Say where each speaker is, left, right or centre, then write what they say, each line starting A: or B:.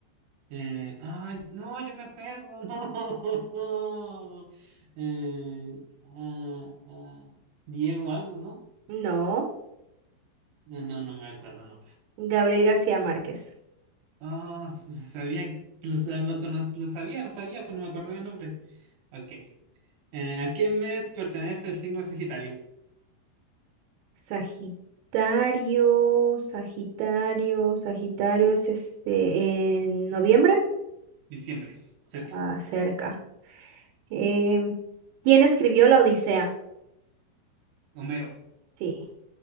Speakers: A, on the right (about 70°); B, on the right (about 90°).
A: Eh, ay, no, yo me acuerdo, no. <laughs> Eh, ah, ah, Diego algo, ¿no?
B: No,
A: No, no, no me acuerdo el nombre.
B: Gabriel García Márquez.
A: Ah, s- sabía, lo, sa- lo, conoz- lo sabía, lo sabía, pero no me acuerdo el nombre. Ok. Eh, ¿a qué mes pertenece el signo Sagitario?
B: Sagitario, Sagitario, Sagitario es este en noviembre,
A: Diciembre, cerca.
B: ah, cerca. Em, ¿quién escribió La Odisea?
A: Homero.
B: Sí,